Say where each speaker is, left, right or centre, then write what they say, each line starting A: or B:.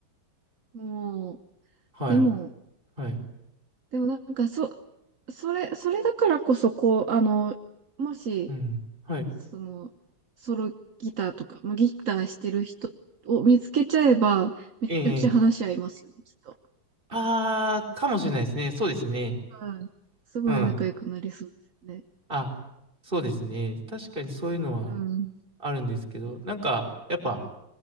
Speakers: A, on the right (about 45°); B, on the right (about 25°).
A: もう、
B: はい、
A: でも、
B: はい、
A: でもなんか、そ、それ、それだからこそ、こう、あの、もし、
B: うん、はい、
A: その、ソロギターとか、まあ、ギターしてる人を見つけちゃえば、めちゃくちゃ話し合いますよね、
B: ええ、ええ
A: きっと。
B: あー、かもしれないですね。そうですね。
A: うん。すごい仲良くなりそうですね。
B: うん。あ、そうですね。確かにそういうのは
A: うん。
B: あるんですけど、なんか、やっぱ、